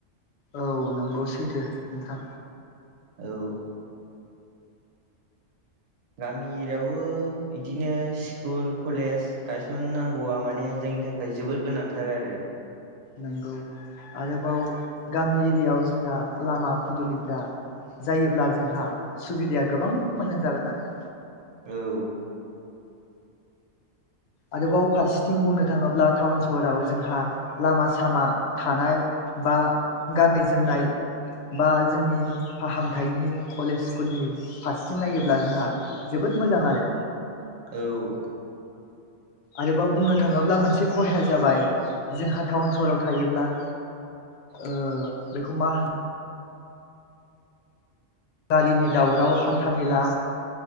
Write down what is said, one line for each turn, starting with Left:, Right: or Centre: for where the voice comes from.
Left: औ नंगौ सैथो नोंथां
Right: औ गामियावबो बिदिनो स्कुल कलेज गायसननांगौआ माने जोंनि थाखाय जोबोद गोनांथार आरो
Left: नंगौ आरोबाव गामि एरियायाव जोंना लामा फुदुलिफ्रा जायोब्ला जोंहा सुबिदाया गोबां मोजां जागोन आरो
Right: औ
Left: आरोबाव फारसेथिं बुंनो थाङोब्ला टाउन सहराव जोंहा लामा सामा थानाय बा गाननाय जोमनाय बा जोंनि फाहामथायनि कलेज स्कुलनि फारसेथिं नायोब्ला जोंहा जोबोद मोजां आरो
Right: औ
Left: आरोबाव बुंनो थाङोब्ला मोनसे खहाया जाबाय जोंहा टाउन सहाव थायोब्ला। ओ बेखौ मा गारिनि दावराव हान्थामेला